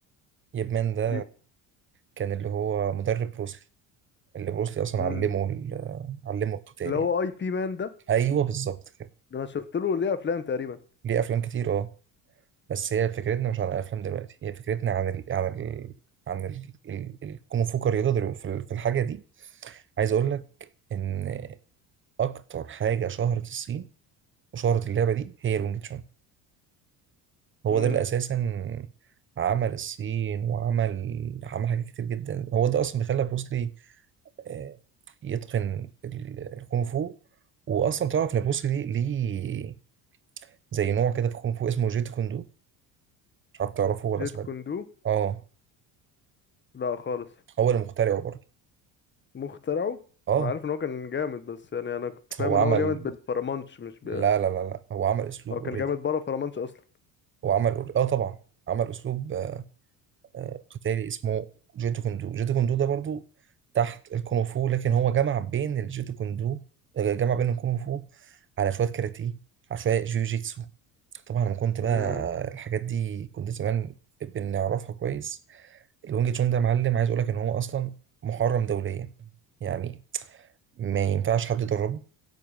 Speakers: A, on the right (about 30°); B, on the left (about 30°).
A: ييب مان ده
B: دي
A: كان اللي هو مدرب بروسلي اللي بروسلي اصلا
B: امم
A: علمه ال- علمه القتال
B: اللي هو
A: يعني
B: اي بي مان ده
A: ايوه بالظبط كده
B: ده انا شفت له ليه افلام تقريبا
A: ليه افلام كتير اه بس هي فكرتنا مش عن الافلام دلوقتي هي فكرتنا عن ال... عن ال... عن ال... ال... الكونغ فو كرياضه دلوقتي في ال- في الحاجه دي عايز اقول لك ان اكتر حاجه شهرت الصين وشهرت اللعبه دي هي الونج تشون هو
B: امم
A: ده اللي اساسا عمل الصين وعمل عمل حاجات كتير جدا هو ده اصلا اللي خلى بروس لي آه، يتقن ال- الكونغ فو واصلا تعرف ان بروس لي ليه زي نوع كده في الكونغ فو اسمه جيت كوندو مش عارف تعرفه ولا
B: جيت
A: سمعت
B: كوندو
A: اه
B: لا خالص
A: هو اللي مخترعه برضه
B: مخترعه
A: اه
B: انا عارف ان هو كان جامد بس يعني انا كنت فاهم
A: هو
B: ان
A: عمل
B: هو جامد بالفرمانش مش ب...
A: لا لا لا لا هو عمل اسلوب
B: هو كان
A: اوريدي
B: جامد بره فرمانش اصلا
A: هو عمل alre- اه طبعا عمل اسلوب آه، آه، قتالي اسمه جيتو كوندو جيتو كوندو ده برضه تحت الكونغ فو لكن هو جمع بين الجيتو كوندو آه، جمع بين الكونغ فو على شويه كاراتيه على شويه جيوجيتسو طبعا لما كنت بقى
B: امم
A: الحاجات دي كنت زمان بنعرفها كويس الونج تشون ده يا معلم عايز اقول لك ان هو اصلا محرم دوليا يعني ما ينفعش حد يدربه